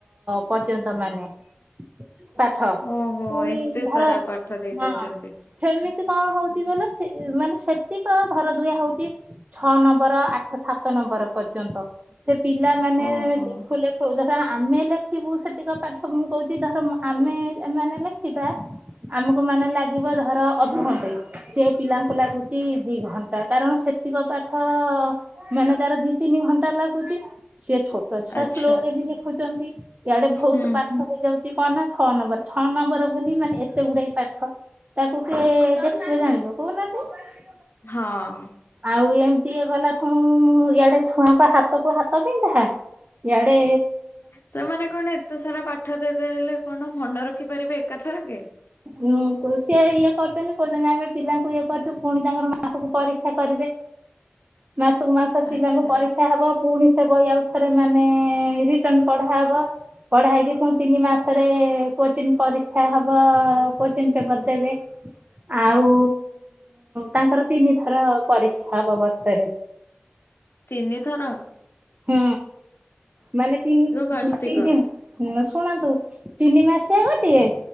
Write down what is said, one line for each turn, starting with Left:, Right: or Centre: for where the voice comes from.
Right: ପର୍ଯ୍ୟନ୍ତ ମାନେ ପାଠ
Left: ଓହୋ
Right: ପୁଣି
Left: ଏତେ
Right: ଧର
Left: ସାରା ପାଠ ଦେଇ
Right: ହଁ
Left: ଦଉଚନ୍ତି।
Right: ସେମିତି କଣ ହଉଚି କଇଲ ସେ ମାନେ ସେତିକ ଧର ଦୁୟା ହଉଚି ଛଅ ନମ୍ବର ଆଠ ସାତ ନମ୍ବର ପର୍ଯ୍ୟନ୍ତ ସେ ପିଲାମାନେ
Left: ଓହୋ
Right: ଲେଖୁ ଧର ଆମେ ଲେଖିବୁ ସେତିକ ପାଠ ମୁଁ କଉଚି ଧର ମୋ ଆମେ ମାନେ ଲେଖିବା। ଆମକୁ ମାନେ ଲାଗିବ ଧର ଅଧଘଣ୍ଟେ ସେ ପିଲାଙ୍କୁ ଲାଗୁଚି ଦି ଘଣ୍ଟା କାରଣ ସେ ତିକ ପାଠ ମାନେ ତାର ଦି ତିନି ଘଣ୍ଟା ଲାଗୁଚି ସିଏ ଛୋଟ ଛୁଆ
Left: ଆଚ୍ଛା
Right: ସ୍ଲୋ ରେ ବି ଲେଖୁଚନ୍ତି ଇଆଡେ ବହୁତ
Left: ହୁଁ।
Right: ପାଠ ହେଇଯାଉଚି। କଣ ନା ଛଅ ନମ୍ବର ଛଅ ନମ୍ବର ବୋଲି ମାନେ ଏତେ ଗୁଡାଏ ପାଠ। ତାକୁ କିଏ ଦେଖିବେ ଜାଣିବ କହୁନାହାନ୍ତି?
Left: ହଁ।
Right: ଆଉ ଏମିତି ଇଏ କଲାଠଉଁ ଇଆଡେ ଛୁଆଙ୍କ ହାତ କୁ ହାତ ବିନ୍ଧା ଇଆଡ଼େ
Left: ସେମାନେ କଣ ଏତେ ସାରା ପାଠ ଦେବେ ହେଲେ କଣ ମନ ରଖିପାରିବେ ଏକା ଥରକେ?
Right: ଉଁ କୋଉ ସିଏ ଇଏ କରୁଚନ୍ତି କଉଚନ୍ତି ଆମେ ପିଲାଙ୍କୁ ଇଏ କରୁଚୁ ପୁଣି ତାଙ୍କର ମାସୁକୁ ପରୀକ୍ଷା କରିବେ। ମାସକୁ ମାସ ପିଲାଙ୍କୁ
Left: ଆଚ୍ଛା।
Right: ପରୀକ୍ଷା ହେବ। ପୁଣି ସେ ବହି ଆଉ ଥରେ ମାନେ ରିଟର୍ଣ୍ଣ ପଢାହବ। ପଢାହେଇକି ପୁଣି ତିନି ମାସରେ କୋଚିଂ ପରୀକ୍ଷା ହବ। କୋଚିନ ପେପର୍ ଦେବେ। ଆଉ ତାଙ୍କର ତିନି ଥର ପରୀକ୍ଷା ହବ ବର୍ଷରେ।
Left: ତିନି ଥର?
Right: ହୁଁ। ମାନେ ତିନି
Left: ବାର୍ଷିକ
Right: ତିନି ନା ସୁ ଶୁଣନ୍ତୁ ତିନି ମାସିଆ ଗୋଟିଏ